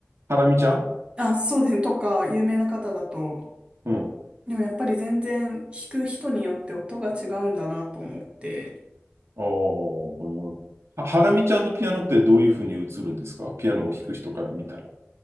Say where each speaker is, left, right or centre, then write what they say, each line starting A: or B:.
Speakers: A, on the right (about 75°); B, on the right (about 25°).
A: ハラミちゃん
B: あ、そうですね。とか、有名な方だと、
A: うん。
B: でもやっぱり全然弾く人によって音が違うんだなと思って。
A: あーはハラミちゃんのピアノってどういうふうに映るんですかピアノを弾く人から見たら。